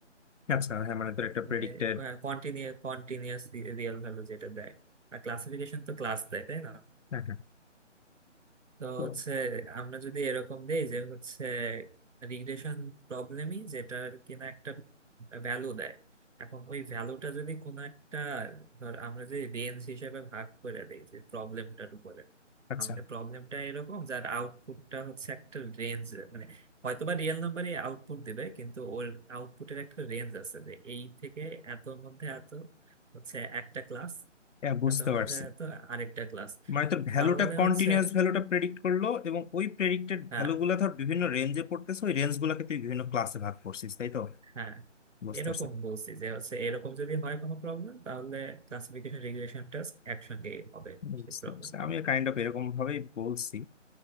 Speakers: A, on the left (about 75°); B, on the right (about 75°).
A: আচ্ছা হ্যাঁ মানে তোর একটা
B: মানে
A: প্রেডিক্টেড
B: কন্টিনিউ কন্টিনিউয়াস রিয়েল ভ্যালু যেটা দেয় আর ক্লাসিফিকেশন তো ক্লাস দেয় তাই না
A: হ্যাঁ হ্যাঁ
B: তো
A: তো
B: হচ্ছে আমরা যদি এরকম দেই যে হচ্ছে রিগ্রেশন প্রবলেমই যেটা কিনা একটা ভ্যালু দেয় এখন ওই ভ্যালুটা যদি কোনো একটা ধর আমরা যে রেঞ্জ হিসেবে ভাগ করে দেই যে প্রবলেমটার উপরে
A: আচ্ছা
B: আমাদের প্রবলেমটা এরকম যার আউটপুটটা হচ্ছে একটা রেঞ্জ মানে হয়তোবা রিয়েল নাম্বারই আউটপুট দিবে কিন্তু ওর আউটপুটের একটা রেঞ্জ আছে যে এই থেকে এতর মধ্যে এত হচ্ছে একটা ক্লাস
A: হ্যাঁ বুঝতে
B: এতর মধ্যে
A: পারছি
B: এত আরেকটা ক্লাস
A: মানে তোর ভ্যালুটা
B: তাহলে
A: কন্টিনিউয়াস
B: হচ্ছে
A: ভ্যালুটা প্রেডিক্ট করলো এবং ওই প্রেডিক্টেড
B: হ্যাঁ,
A: ভ্যালু গুলা ধর বিভিন্ন রেঞ্জে পড়তেছে ওই রেঞ্জ গুলাকে তুই বিভিন্ন ক্লাসে ভাগ করছিস তাই তো
B: হ্যাঁ
A: বুঝতে
B: এরকম
A: পারছি
B: বলছি যে হচ্ছে এরকম যদি হয় কোনো প্রবলেম তাহলে ক্লাসিফিকেশন রিগ্রেশন টেস্ট একসঙ্গে হবে
A: বুঝতে
B: সেই প্রবলেমটা
A: পারছি আমি কাইন্ড অফ এরকম ভাবেই বলছি